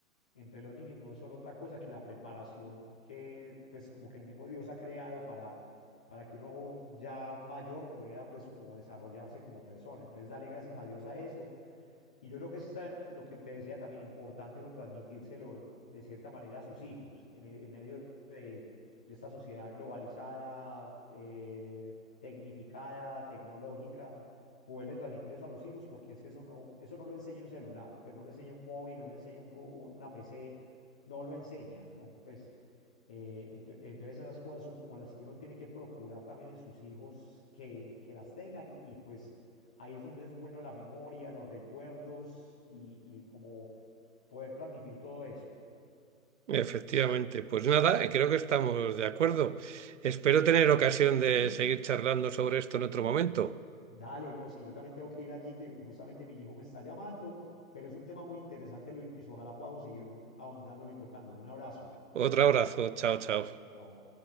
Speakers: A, in the centre; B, on the right.
A: entre los niños no son otra cosa que la preparación que pues como que el mismo Dios ha creado para, para que uno ya mayor pueda pues como desarrollarse como persona. Entonces dale gracias a Dios a eso y yo creo que esta, lo que te decía también, importante uno transmitírselo de cierta manera a sus hijos en, e- en medio de, de esta sociedad globalizada, eh, tecnificada, tecnológica, poderle transmitir eso a los hijos, porque es que eso no, eso no lo enseña un celular, pues no lo enseña un móvil, no lo enseña un co- una PC, no lo enseña, no, pues eh, ento- entonces esas cosas son como las que uno tiene que procurar también en sus hijos que, que las tengan y pues ahí es donde es bueno la memoria, los recuerdos y, y como poder transmitir todo eso.
B: Efectivamente, pues nada, eh, creo que estamos de acuerdo. Espero tener ocasión de seguir charlando sobre esto en otro momento.
A: Dale, no, si yo también tengo que ir allí, que justamente mi hijo me está llamando, pero es un tema muy interesante, Luis. Ojalá podamos seguir ahondándolo y tocándolo. Un abrazo.
B: Otro abrazo, chao, chao.
A: Chao.